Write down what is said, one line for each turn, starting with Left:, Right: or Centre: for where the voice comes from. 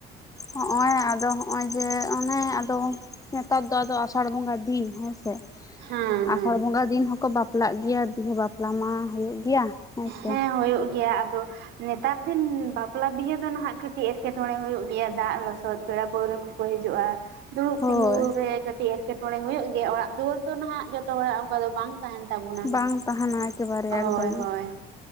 Left: ᱦᱚᱸᱜᱼᱚᱭ ᱟᱫᱚ ᱦᱚᱸᱜᱼᱚᱭ ᱡᱮ ᱚᱱᱮ ᱟᱫᱚ ᱱᱮᱛᱟᱨ ᱫᱚ ᱟᱫᱚ ᱟᱥᱟᱲ ᱵᱚᱸᱜᱟ ᱫᱤᱱ ᱦᱮᱸᱥᱮ
Right: ᱦᱮᱸ ᱦᱮᱸ
Left: ᱟᱥᱟᱲ ᱵᱚᱸᱜᱟ ᱫᱤᱱ ᱦᱚᱸᱠᱚ ᱵᱟᱯ ᱵᱟᱯᱞᱟᱜ ᱜᱤᱭᱟᱹ ᱵᱤᱦᱟᱹ ᱵᱟᱯ ᱞᱟᱢᱟ ᱦᱩᱭᱩᱜ ᱜᱮᱭᱟ ᱦᱮᱸᱥᱮ
Right: ᱦᱮᱸ ᱦᱩᱭᱩᱜ ᱜᱮᱭᱟ ᱟᱫᱚ ᱱᱮᱛᱟᱨ ᱫᱤᱱ ᱵᱟᱯᱞᱟ ᱵᱤᱦᱟᱹ ᱫᱚ ᱱᱟᱦᱟᱜ ᱠᱟᱹᱴᱤᱡ ᱮᱴᱠᱮᱴᱚᱬᱮ ᱦᱩᱭᱩᱜ ᱜᱮᱭᱟ ᱫᱟᱜ ᱞᱚᱥᱚᱫ ᱯᱮᱲᱟ ᱯᱟ. ᱣᱨᱟᱸ ᱠᱚ ᱦᱤᱡᱩᱜᱼᱟ ᱫᱩᱲᱩᱵ
Left: ᱦᱳᱭ
Right: ᱛᱤᱸᱜᱩ ᱨᱮ ᱠᱟᱹᱴᱤᱡ ᱮᱴᱠᱮᱴᱚᱬᱮ ᱦᱩᱭᱩᱜ ᱜᱮᱭᱟ ᱚᱲᱟᱜ ᱫᱩᱣᱟᱹᱨ ᱛᱚ ᱱᱟᱦᱟᱜ ᱡᱚᱛᱚ ᱦᱚᱲᱟᱜ ᱚᱱᱠᱟ ᱫᱚ ᱵᱟᱝ ᱛᱟᱦᱮᱱ ᱛᱟᱵᱚᱱᱟ
Left: ᱵᱟᱝ ᱛᱟᱦᱮᱱᱟ ᱮᱠᱮᱵᱟᱨᱮ
Right: ᱦᱳᱭ
Left: ᱮᱠᱫᱚᱢ
Right: ᱦᱳᱭ